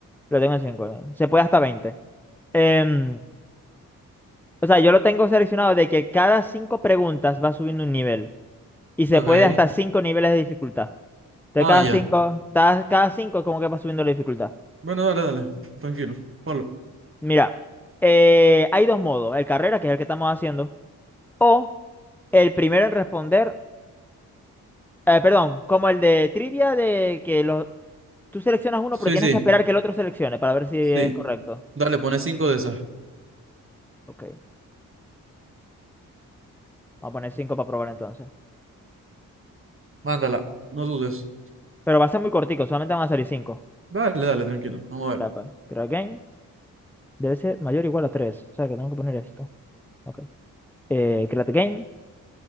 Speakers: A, in the centre; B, on the right.
A: Lo tengo en cinco Se puede hasta veinte Em, o sea, yo lo tengo seleccionado de que cada 5 preguntas va subiendo un nivel. Y se
B: ok.
A: puede hasta 5 niveles de dificultad. De
B: Ah,
A: cada
B: ya.
A: 5, cada cinco es como que va subiendo la dificultad.
B: Bueno, dale, dale. Tranquilo, ponlo.
A: Mira, eh, hay dos modos. El carrera, que es el que estamos haciendo, o el primero en responder, eh, perdón, como el de trivia de que los, Tú seleccionas uno,
B: Sí,
A: pero tienes
B: sí,
A: que esperar que el otro seleccione para ver si es
B: sí.
A: correcto.
B: Dale, pone cinco de esas.
A: Ok. Vamos a poner cinco para probar entonces.
B: Mándala, no dudes.
A: Pero va a ser muy cortico, solamente van a salir 5.
B: Dale, dale, tranquilo. Vamos a
A: Tapa.
B: ver.
A: Create game. Debe ser mayor o igual a 3. O sea que tengo que poner esto. Ok. Eh, create game.